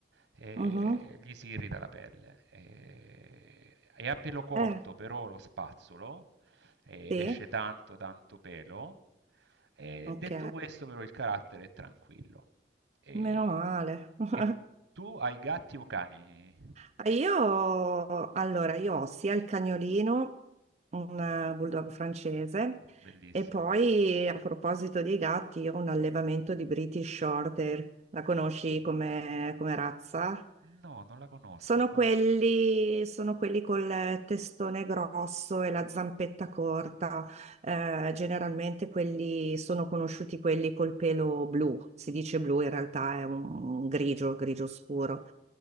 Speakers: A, on the right; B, on the right.
A: e
B: mhm.
A: gli si irrita la pelle. E, e a pelo corto
B: Eh,
A: però lo spazzolo eh,
B: sì.
A: ed esce tanto tanto pelo. E
B: Ok.
A: detto questo però il carattere è tranquillo. E,
B: Meno male. <laughs>
A: e tu hai gatti o cani?
B: Ah, Io, allora, io ho sia il cagnolino, un eh, bulldog francese,
A: Bellissimo.
B: e poi a proposito dei gatti, io ho un allevamento di British Shorthair. La conosci come, come razza?
A: No, non la conosco.
B: Sono
A: co-
B: quelli, sono quelli col testone grosso e la zampetta corta, eh, generalmente quelli sono conosciuti quelli col pelo blu, si dice blu, in realtà è un, un grigio, grigio scuro.